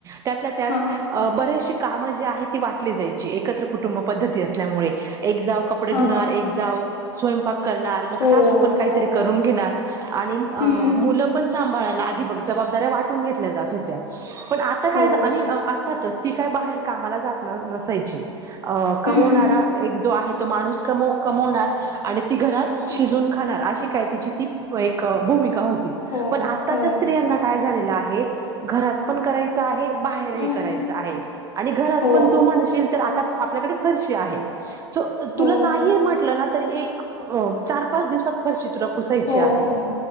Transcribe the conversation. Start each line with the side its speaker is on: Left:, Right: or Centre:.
Right: त्यातल्या त्यात
Left: हा
Right: अ बरेचशे काम जे आहे ती वाटली जायची एकत्र कुटुंब पद्धती असल्यामुळे एक जाऊ कपडे
Left: हा
Right: धुणार एक जाऊ स्वयंपाक करणार मग
Left: हो
Right: सासू पण काहीतरी
Left: हो
Right: करून घ े घेणार आणि अ
Left: हम्म
Right: मुलं पण संभाळायला आधी बघ जबाबदाऱ्या वाटून घेतल्या जात होत्या पण आता काय
Left: हो
Right: आणि अर्थातच ती काय बाहेर कामाला जात न नसायची अ कमवणारा
Left: हम्म
Right: एक जो आहे तो माणूस कमवणार आणि ती घरात शिजून
Left: हम्म
Right: खणार अशी काय तिची ती प एक अ भुमिका होती
Left: हो
Right: पण आताच्या
Left: हो
Right: स्त्रियांना काय झालय ते तर आहे घरात पण करायचा आहे बाहेरही
Left: हम्म
Right: करायच आहे आणि घरात
Left: हो
Right: पण तू म्हणशील तर आता आपल्याकडे फरशी आहे तो तुला
Left: हो
Right: नाही म्हटलं ना तरी एक अ चार पाच दिवसात फरशी तुला पुसायची
Left: हो
Right: आहे
Left: हो